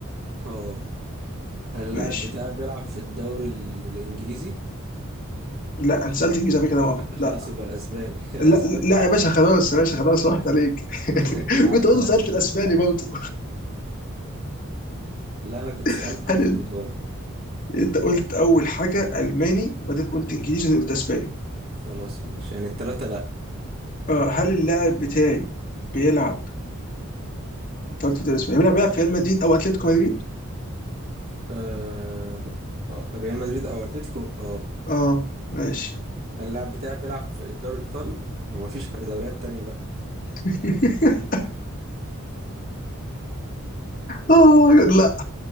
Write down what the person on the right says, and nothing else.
اه هل اللاعب
بتاعي بيلعب في الدوري ال- الإنجليزي؟
خلاص
يبقى الأسباني <laughs> الأسباني؟
<laughs>
يا عم
استنى
لا أنا كنت سألته
الإيطالي
خلاص ماشي يعني التلاتة لا
آه... آه، ريال مدريد او اتلتيكو اه
اللاعب بتاعي بيلعب في الدوري الايطالي ما هو مفيش دوريات تانية بقى